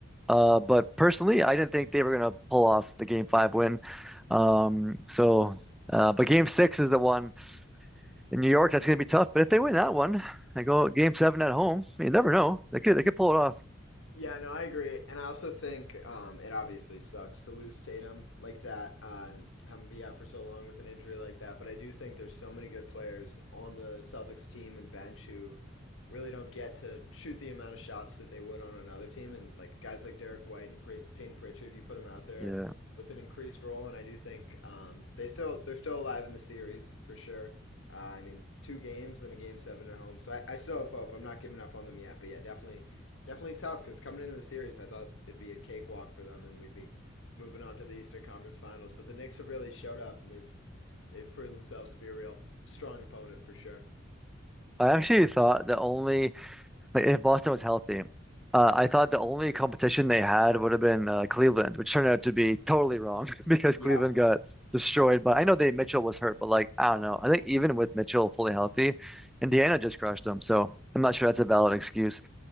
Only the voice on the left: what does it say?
Yeah.
Yeah, no, I agree, and I also think um, it obviously sucks to lose Tatum like that uh, and have him be out for so long with an injury like that. But I do think there's so many good players on the Celtics team and bench who really don't get to shoot the amount of shots that they would on another team. And like guys like Derek White and Pey- Peyton Pritchard, you put them out there
with an increased role, and I do think um, they still they're still alive in the series for sure. Uh, I mean, two games and a game seven at home, so I, I still have hope. I'm not giving up on them yet, but yeah, definitely definitely tough because coming into the series, I thought it'd be a cakewalk for them, and we'd be moving on to the Eastern Conference Finals. But the Knicks have really showed up, and they've they've proven themselves to be a real strong opponent for sure.
Yeah,